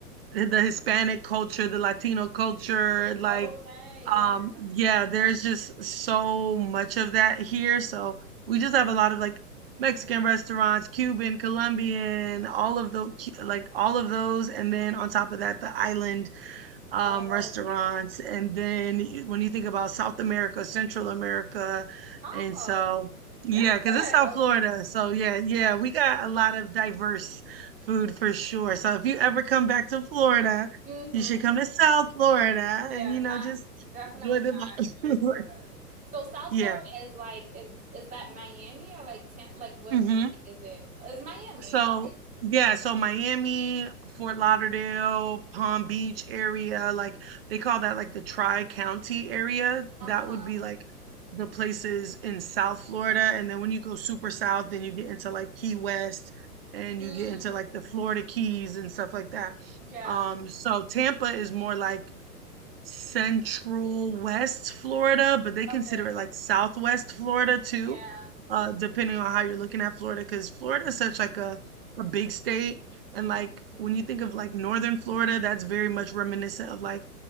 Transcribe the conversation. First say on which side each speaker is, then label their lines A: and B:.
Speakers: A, on the right; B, on the right.
A: the Hispanic culture, the Latino culture, like
B: Oh, right. Yeah.
A: um yeah, there's just so much of that here. So we just have a lot of like Mexican restaurants, Cuban, Colombian, all of the like all of those and then on top of that the island um,
B: Oh,
A: restaurants.
B: yeah.
A: And then when you think about South America, Central America,
B: Oh,
A: and so yeah,
B: you're good
A: because it's South
B: over
A: Florida. So yeah, yeah, we got a lot of diverse food for sure. So if you ever come back to Florida,
B: there.
A: you should come to South Florida
B: Yeah,
A: and you know
B: not
A: just
B: definitely
A: enjoy the
B: not where
A: vibe.
B: he was.
A: <laughs>
B: So South
A: Yeah.
B: Florida is like is is that Miami or like Tampa? Like what
A: hmm
B: city is It's Miami.
A: So,
B: Okay.
A: yeah, so Miami, Fort Lauderdale, Palm Beach area, like they call that like the tri-county area.
B: Uh-huh.
A: That would be like the places in South Florida. And then when you go super south, then you get into like Key West and
B: Hmm.
A: you get into like the Florida Keys and stuff like that.
B: Yeah.
A: Um, so Tampa is more like Central West Florida, but they
B: Okay.
A: consider it like Southwest Florida too,
B: Yeah.
A: uh, depending on how you're looking at Florida, because Florida is such like a, a big state. And
B: hmm
A: like when you think of like Northern Florida, that's very much reminiscent of like